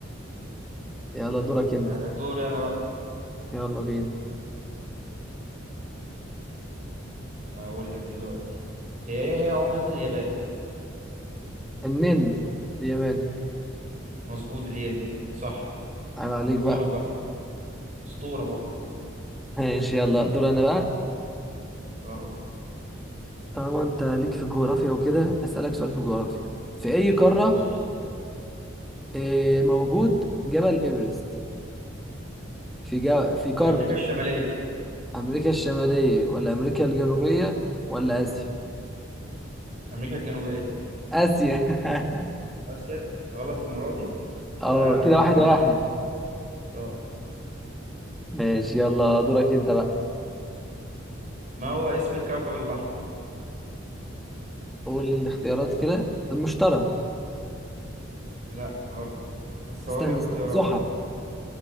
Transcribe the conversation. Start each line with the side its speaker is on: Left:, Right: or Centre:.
Centre: يلا دورك انت
Right: آه، دوري انا بقى
Centre: يلا بينا
Right: هقول لك دلوقتي هي ايه هي عملة اليابان
Centre: النن الياباني
Right: مظبوط الين صح
Centre: عيب عليك
Right: دورك
Centre: بقى
Right: بقى اسطورة برضه
Centre: ماشي يلا دور انا بقى
Right: اه
Centre: طالما انت ليك في الجغرافيا وكده هسألك سؤال في الجغرافيا في اي قارة
Right: قول لي
Centre: إيه موجود جبل ايفرست في جا... في قارة
Right: هي امريكا الشمالية
Centre: امريكا الشمالية ولا امريكا الجنوبية ولا اسيا
Right: امريكا الجنوبية
Centre: اسيا <laughs>
Right: اسيا غلط المرة دي يلا
Centre: اه
Right: يا عم واحد
Centre: كده واحد
Right: واحد
Centre: واحد
Right: اه
Centre: ماشي يلا دورك انت بقى
Right: ما هو اسم الكوكب الاحمر
Centre: قول الاختيارات كده المشتري
Right: لا غلط بس هقول
Centre: استنى
Right: لك
Centre: استنى
Right: اختيارات
Centre: زحل
Right: بقى